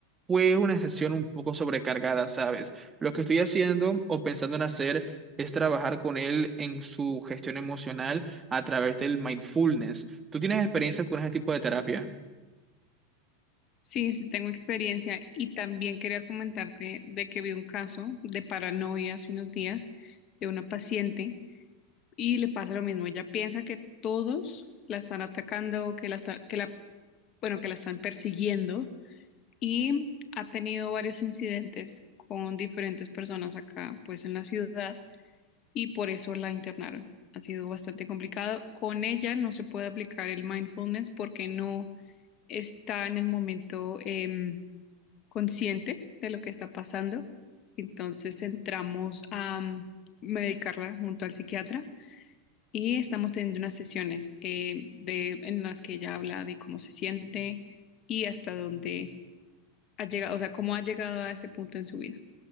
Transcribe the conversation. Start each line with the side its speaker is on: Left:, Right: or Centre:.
Right: Fue una sesión un poco sobrecargada, ¿sabes? Lo que estoy haciendo o pensando en hacer es trabajar con él en su gestión emocional a través del mindfulness. ¿Tú tienes experiencia con ese tipo de terapia?
Left: Sí, sí tengo experiencia y también quería comentarte de que vi un caso de paranoia hace unos días de una paciente y le pasa lo mismo. Ella piensa que todos la están atacando, que la está- que la, bueno, que la están persiguiendo y ha tenido varios incidentes con diferentes personas acá, pues en la ciudad, y por eso la internaron. Ha sido bastante complicado. Con ella no se puede aplicar el mindfulness porque no está en el momento em, consciente de lo que está pasando. Entonces entramos a mm, medicarla junto al psiquiatra y estamos teniendo unas sesiones em, de, en las que ella habla de cómo se siente y hasta dónde ha llegado, o sea, cómo ha llegado a ese punto en su vida.